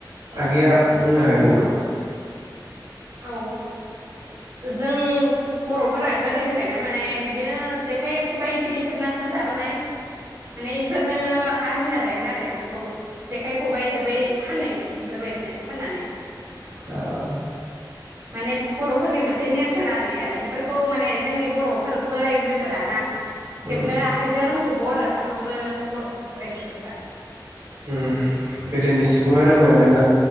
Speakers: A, on the right (about 60°); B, on the right (about 40°).
A: आगैया बुंनो हागोन नामा।
B: औ जों बर'फोरा गोदोनिफ्रायनो माने बिदिनो जेखाइ खबाइ बिदि हेबनासो जाबोनाय माने इफोरजोंनो आरजिना जायोमोन आरो इफोरखौ जेखाइ खबाइ खेबै फानै इफोरबायदिनो फाननानै।
A: औ
B: माने बर'फोरनि मोनसे नेरसोन आरो इयो इफोरखौ माने जोंनि बर'फोर बोराय बुरैफोरा ना
A: उम
B: हेबनो आखाइजों रों जोबगौ आरो साफ्रोमबो बर' बोराय बुरैफोरा
A: उम्म गोदोनि सुबुंङा रोंङो आरो ना?